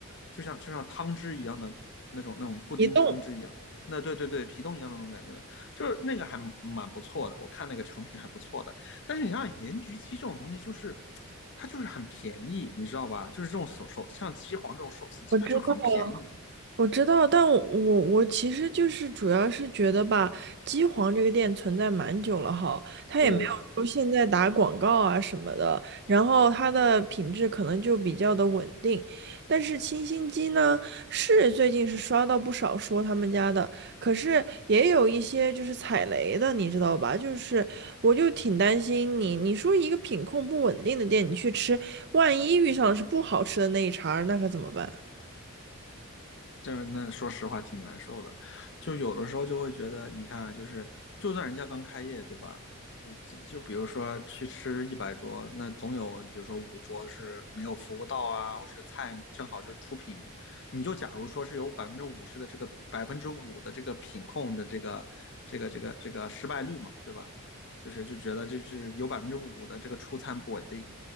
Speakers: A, on the left; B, on the right.
A: 就像就像汤汁一样的那种那种布丁汤汁一样。
B: 移动，
A: 那对对对，皮冻一样的那种感觉的，就是那个还蛮不错的，我看那个成品还不错的。但是你想想，盐焗鸡这种东西，就是它就是很便宜，你知道吧？就是这种手手像鸡皇这种手撕鸡，
B: 我知道。
A: 它就很便宜
B: 我知道，但我我我其实就是主要是觉得吧，机皇这个店存在蛮久了哈，它也没有说现在打广告啊什么的，
A: 哦。
B: 然后它的品质可能就比较的稳定。但是清新鸡呢，是最近是刷到不少说他们家的，可是也有一些就是踩雷的，你知道吧？就是我就挺担心你，你说一个品控不稳定的店，你去吃，万一遇上的是不好吃的那一茬儿，那可怎么办？
A: 这那说实话挺难受的，就有的时候就会觉得，你看啊就是就算人家刚开业，对吧？呃，就就比如说去吃一百桌，那总有比如说五桌是没有服务到啊，或者菜正好就是出品，你就假如说是有百分之五十的这个百分之五的这个品控的这个这个这个这个失败率嘛，对吧？就是就觉得这是有百分之五的这个出餐不稳定，